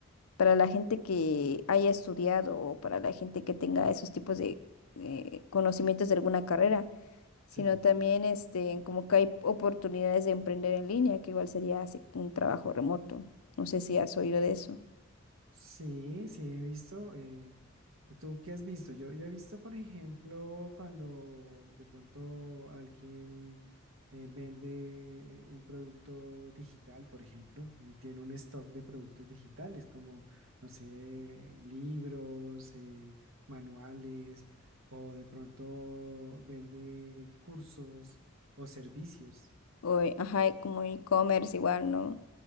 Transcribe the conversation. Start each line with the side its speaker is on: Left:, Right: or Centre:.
Left: para la gente que haya estudiado o para la gente que tenga esos tipos de eh, conocimientos de alguna carrera, sino
Right: <clears throat> Sí.
Left: también este, como que hay oportunidades de emprender en línea, que igual sería así un trabajo remoto. No sé si has oído de eso.
Right: Sí, sí, he visto. eh, ¿tú qué has visto? Yo, yo he visto, por ejemplo, cuando de pronto alguien eh, vende un producto digital, por ejemplo, y tiene un stock de productos digitales como, no sé, libros, eh, manuales, o de pronto vende cursos o servicios.
Left: O, eh, ajá, y como e-commerce igual, ¿no?